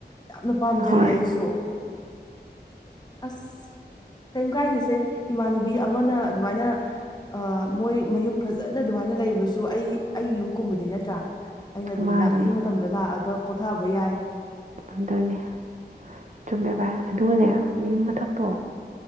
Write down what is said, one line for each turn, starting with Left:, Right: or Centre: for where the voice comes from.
Left: ꯌꯥꯝꯅ ꯄꯥꯝꯖꯔꯦ
Right: ꯍꯣꯏ
Left: ꯑꯩꯁꯨ ꯑꯁ ꯀꯩꯝ ꯀꯥꯏꯗꯦꯁꯦ ꯏꯃꯥꯟꯅꯕ ꯑꯃꯅ ꯑꯗꯨꯃꯥꯏꯅ ꯑ ꯃꯣꯏ ꯃꯌꯨꯝ ꯐꯖꯅ ꯑꯗꯨꯃꯥꯏꯅ ꯂꯩꯕꯁꯨ ꯑꯩ ꯑꯩꯒꯤ ꯌꯨꯝꯒꯨꯝꯕꯗꯤ ꯅꯠꯇ꯭ꯔꯥ ꯑꯩꯅ ꯑꯗꯨꯝ
Right: ꯃꯥꯅꯦ
Left: ꯂꯥꯛꯅꯤꯡꯕ ꯃꯇꯝꯗ ꯂꯥꯛꯑꯒ ꯄꯣꯊꯥꯕ ꯌꯥꯏ
Right: ꯑꯗꯨꯅꯦ ꯆꯨꯝꯃꯦ ꯚꯥꯏ ꯑꯗꯨꯒꯅꯦ ꯌꯨꯝ ꯃꯊꯛꯇꯣ